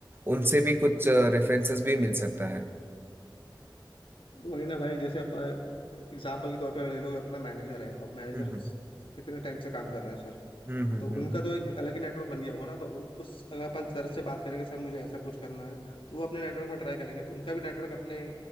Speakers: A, on the right; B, on the left.
A: उनसे भी कुछ रेफरेंसेस भी मिल सकता है
B: वही ना भाई जैसे अब एग्जाम्पल के तौर पर ले लो अपना मैनेजर है अब मैनेजर
A: हम्म हम्म
B: कितने टाइम से काम कर रहे हैं सर
A: हम्म हम्म
B: तो
A: हम्म,
B: उनका तो एक अलग ही नेटवर्क बन गया होगा ना तो उ- उस अगर अपन सर से बात करेंगे सर मुझे ऐसा कुछ करना है तो वो अपने नेटवर्क में ट्राई करेंगे तो उनका भी नेटवर्क अपने